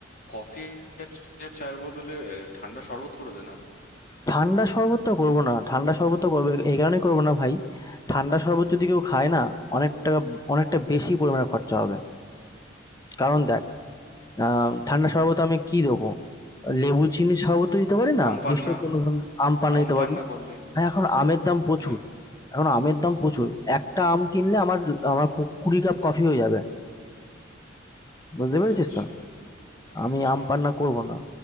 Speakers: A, on the left; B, on the left.
A: কফি আর চ- আর চায়ের বদলে এ, ঠান্ডা শরবত করে দে না
B: ঠান্ডা শরবতটা করবো না। ঠান্ডা শরবতটা করবো এই কারণেই করবো না ভাই, ঠান্ডা শরবত যদি কেউ খায় না, অনেক টাকা অনেকটা বেশি পরিমাণে খরচা হবে। কারণ দেখ, আ ঠান্ডা শরবতে আমি কি দেবো? লেবু চিনির শরবত তো দিতে পারি না।
A: আম পান্না
B: নিশ্চয়ই কোনো ধরনের আম পান্না
A: আম
B: দিতে
A: পান্না
B: পারি।
A: করলি
B: ভাই এখন আমের দাম প্রচুর।
A: হ্যাঁ
B: এখন আমের দাম প্রচুর। একটা আম কিনলে আমার আমার কু কুড়ি কাপ কফি হয়ে যাবে। বুঝতে পেরেছিস
A: আচ্ছা
B: তো? আমি
A: আচ্ছা
B: আম পান্না করবো না।